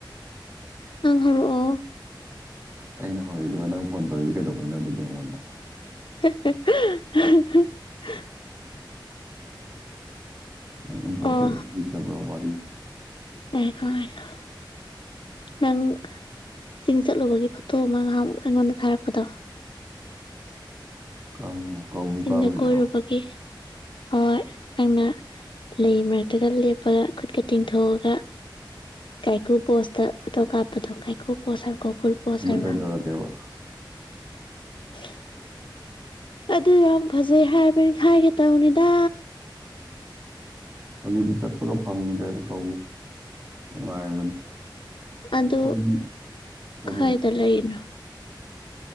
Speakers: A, on the left; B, on the right.
A: ꯑꯪ ꯍꯧꯔꯛꯑꯣ꯫
B: ꯑꯩꯅ ꯍꯧꯔꯛꯏꯔꯣ ꯅꯪ ꯐꯣꯟ ꯇꯧꯔꯛꯏꯁꯦ ꯀꯩꯗꯧꯕꯤꯅꯣ ꯑꯗꯨꯗꯤ ꯑꯩꯉꯣꯟꯗ꯫
A: <unintelligible>
B: ꯅꯪ ꯏꯝꯄꯣꯔꯇꯦꯟ
A: ꯑꯣ
B: ꯂꯩꯇꯔꯕ ꯋꯥꯔꯤ꯫
A: ꯉꯥꯏꯈꯣ ꯉꯥꯏꯈꯣ꯫ ꯅꯪ ꯆꯤꯡ ꯆꯠꯂꯨꯕꯒꯤ ꯐꯣꯇꯣ ꯑꯃ ꯉꯥꯍꯥꯃꯨꯛ ꯑꯩꯉꯣꯟꯗ ꯊꯥꯔꯛꯄꯗꯣ꯫
B: ꯀꯔꯝꯕꯅꯣ꯫ ꯀꯧꯕꯨ
A: ꯆꯤꯡꯗ
B: ꯀꯥꯕꯩꯗꯨꯔꯣ
A: ꯀꯣꯏꯔꯨꯕꯒꯤ ꯍꯣꯏ ꯅꯪꯅ ꯂꯩ ꯃꯔꯛꯇꯒ ꯂꯦꯞꯄꯒ ꯈꯨꯠꯀ ꯇꯤꯡꯊꯣꯛꯑꯒ꯫ ꯀꯥꯏꯀꯨ ꯄꯣꯁꯇ ꯐꯣꯇꯣ ꯀꯥꯞꯄꯗꯣ ꯀꯥꯏꯀꯨ ꯄꯣꯁ ꯍꯥꯏꯕ꯭ꯔꯥ ꯀꯣꯀꯨꯜ ꯄꯣꯁ
B: ꯑꯗꯨ
A: ꯍꯥꯏꯕ꯭ꯔꯥ꯫
B: ꯀꯩꯗꯧꯔꯒꯦꯕ
A: <inaudible> <unintelligible> ꯑꯗꯨ ꯌꯥꯝ ꯐꯖꯩ ꯍꯥꯏꯕꯅꯤ ꯈꯥꯏꯒꯦ ꯇꯧꯅꯤꯗ
B: ꯑꯗꯨꯗꯤ ꯆꯠꯄꯒ ꯐꯪꯗ꯭ꯔꯦꯅ ꯀ ꯅꯨꯡꯉꯥꯏꯕꯅꯤ
A: ꯑꯗꯨ
B: ꯑꯩꯈꯣꯏꯗꯤ ꯀꯔꯤ
A: ꯀꯥꯏꯗ ꯂꯩꯔꯤꯅꯣ